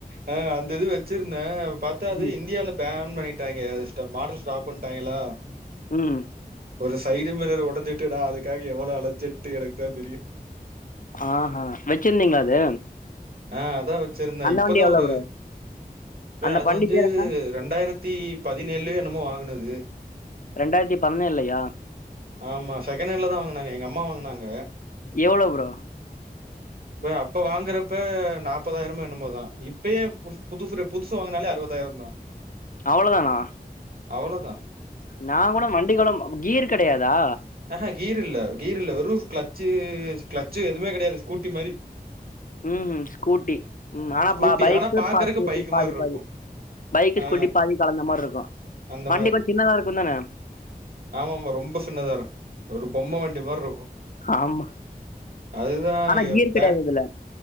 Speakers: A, on the right; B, on the left.
A: ஆ அந்த இது வச்சிருந்தே பாத்தா அது
B: ம்
A: இந்தியால பேன் பண்ணிட்டு டாங்க மாடல் ஸ்டாப் பண்ணிட்டாங்களா
B: ம்
A: ஒரு சைடு மேல உடைஞ்சிட்டு நா அதுக்காக எவ்ளோ அழஞ்சிட்டு இருக்க தெரியு
B: ஆ ஹ வெச்சிருந்தீங்களா அது
A: ஆ அதா வச்சிருந்தே
B: அந்த
A: இப்பதா
B: வண்டி எவ்ளோ
A: ஒரு
B: ப்ரோ அந்த
A: இ அது
B: வண்டி
A: வந்து
B: பேர் என்ன
A: இரண்டாயிரத் த்திபதினேழு என்னமோ வாங்குனது
B: ரெண்டாயிரத்தி பதினேழுலயா
A: ஆமா செகண்ட் ஹாண்ட்ல தா வாங்குனாங்க எங்கள் அம்மா வாங்குனாங்க
B: எவ்ளோ ப்ரோ
A: இ அப்போ வாங்குறப்ப நாற்பதாயிரம என்னமோதா இப்பயே புதுசு புதுசு வாங்கினாலே அறுபதாயிரோ தா
B: அவ்ளோ தானா
A: அவ்ளோதா
B: நா கூட வண்டி குளம் கீர் கிடையாதா
A: ஆஹா கீர் இல்ல கீர் இல்ல வெறு கிளச்சு கிளச்சி எதுமே கிடையாது ஸ்கூட்டி மாரி
B: ம்ம் ஸ்கூட்டி ம் ஆனா
A: ஸ்கூட்டி
B: பா பைக்கு
A: ஆனா பாக்குறக்கு
B: பா ஸ்கூட்டி
A: பைக்
B: பாதி
A: மாரி இருக்கு
B: பாதி பைக்கு ஸ்கூட்டி
A: ஆ
B: பாதி கலந்த மாதிரி இருக்கு
A: அந்த
B: வண்டி கொஞ்சோ சின்னதா இருக்கு தானே
A: ஆமா ஆமா ரொம்ப சின்னதா இருக்கு ஒரு பொம்ம வண்டி மாரி இருக்கு
B: ஆமா
A: அதுதா
B: ஆனா
A: எ
B: கியர்
A: பே
B: கெடையாது இதுல